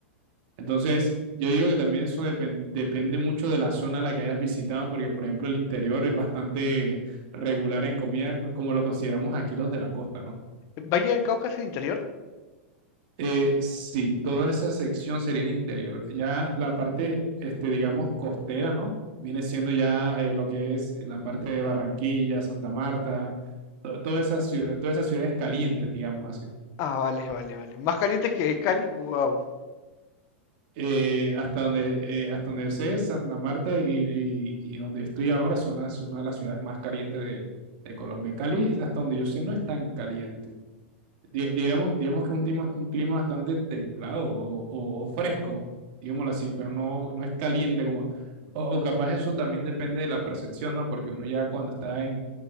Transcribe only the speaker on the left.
¿Valle del Cauca es el interior?
Ah, vale, vale, vale. ¿Más caliente que Cali? Wow.